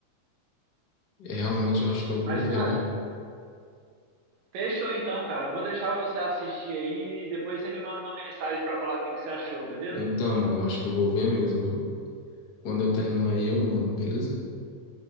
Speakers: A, on the left; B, on the right.
A: é, realmente eu acho que eu vou
B: Mas,
A: ver,
B: cara,
A: viu?
B: fechou então, cara. Eu Vou deixar você assistir aí e depois você me manda uma mensagem pra falar o que que você achou, beleza?
A: Então, mano, eu acho que eu vou ver mesmo, viu? Quando eu terminar aí, eu mando, beleza?